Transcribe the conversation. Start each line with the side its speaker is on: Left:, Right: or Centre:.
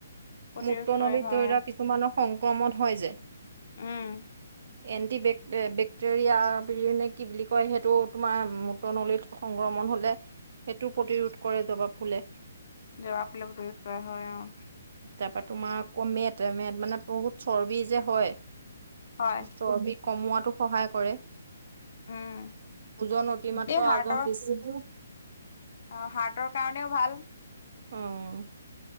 Left: প্ৰতিৰোধ
Right: মূট
Left: কৰে
Right: নলিত
Left: হয়
Right: ধৰি লোৱা কিছুমানৰ সংক্ৰমণ হয় যে
Left: উম
Right: এণ্টি বেক বেক্টেৰিয়া বুলিয়ে নে কি বুলি কয় সেইটো তোমাৰ মূ ত নলীত সংক্ৰমণ হ'লে সেইটো প্ৰতিৰোধ কৰে জবাব ফুলে
Left: জবা ফুলে প্ৰতিৰোধ কৰা হয় অ'
Right: তাপা তোমাৰ আকৌ মেট মেট মানে বহুত চৰ্বি যে হয়
Left: হয়
Right: চৰ্বি কমোৱাতো সহায় কৰে
Left: উম
Right: ওজন অতিমাত্ৰ
Left: এই হাৰ্টৰ
Right: আজন <unintelligible>
Left: অ হাৰ্টৰ কাৰণেও ভাল
Right: অ